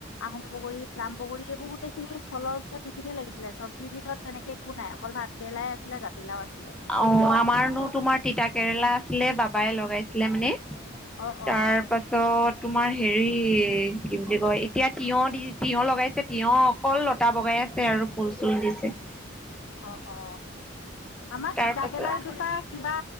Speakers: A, on the left (about 75°); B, in the centre.
A: আহোম বগৰী পলাম বগৰী এইবোৰ গোটেইখিনি ফলৰ ভিতৰত সেইখিনিয় লাগিছিলে চবজি ভিতৰত তেনেকে একো নাই অকল ভাতকেৰেলা, লাই আছিলে জাতিলাও আছিলে।
B: অ আমাৰনো তোমাৰ তিতা কেৰেলা আছিলে বাবাই লগাইছিলে মানে।
A: অ অ
B: তাৰ পাছত তোমাৰ হেৰি কি বুলি কয়, এতিয়া তিয়হ দি তিঁয়হ লগাইছে তিয়হ অকল লতা বগাই আছে আৰু ফুল চুল দিছে।
A: অ অ, আমাৰ
B: তাৰ
A: তিতাকেলা
B: পাছত
A: জোপা কিবা